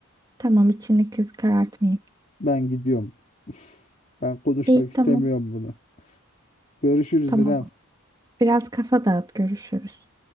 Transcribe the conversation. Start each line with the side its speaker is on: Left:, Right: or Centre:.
Right: Tamam içini kız karartmayayım.
Left: Ben gidiyorum. <laughs> Ben konuşmak
Right: İyi
Left: istemiyorum
Right: tamam
Left: bunu. Görüşürüz
Right: tamam.
Left: İrem.
Right: Biraz kafa dağıt görüşürüz.